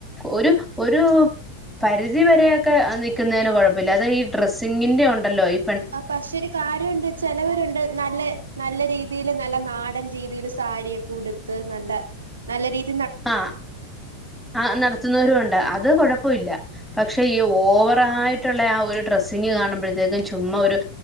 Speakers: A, in the centre; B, on the right (about 70°).
A: ഒരു ഒരു പരിധി വരെയൊക്കെ നിൽക്കുന്നേന് കുഴപ്പല്ല അത് ഈ ഡ്രസ്സിങ്ങിന്റേം ഉണ്ടല്ലോ ഇ
B: പക്ഷേ കാര്യവുണ്ട് ചെലവരുണ്ട് നല്ല നല്ല രീതിയില് നല്ല നാടൻ രീതിൽ സാരിയൊക്കെ ഉടുത്ത് നല്ല നല്ല രീതി
A: ആ ആ നടത്തുന്നവരും ഉണ്ട് അത് കൊഴപ്പവില്ല. പക്ഷെ ഈ ഓവറായിട്ടുള്ള ആ ഒരു ഡ്രസ്സിങ് കാണുമ്പോഴത്തേക്കും ചുമ്മാ ഒരു